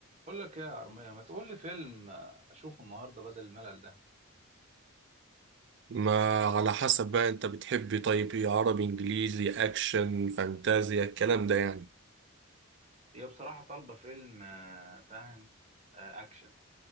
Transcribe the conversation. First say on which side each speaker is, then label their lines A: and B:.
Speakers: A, on the right; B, on the right.
A: بقول لك ايه يا عرمية ما تقول لي فيلم آه، اشوفه النهارده بدل الملل ده
B: ما على حسب بقى انت بتحب طيب ايه عربي انجليزي اكشن فانتازيا الكلام ده يعني
A: هي بصراحة طالبة فيلم آه، فاهم آه، اكشن